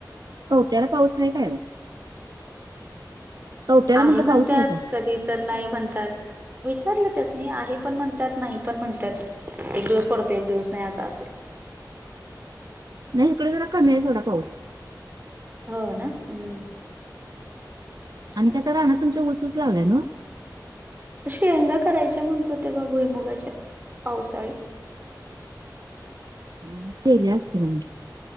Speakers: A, on the right; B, on the right.
A: कवट्याला पाऊस आहे काय ओ? कवट्याला
B: आहे
A: म्हटलं
B: म्हणत्यात,
A: पाऊस काय
B: कधी तर नाही म्हणतात. विचारलं त्यासनी, आहे पण म्हणत्यात, नाही पण म्हणत्यात. एक दिवस पडतो, एक दिवस नाही असं असेल.
A: नाही इकडे जरा कमी आहे थोडा पाऊस.
B: हो ना? हू.
A: आणि काय त्या रानात तुमच्या ऊसच लावलाय नव्ह?
B: शेंगा करायच्या म्हणत होते बा भुईमुगाच्या पावसाळी.
A: हा केल्या असतील ना मं.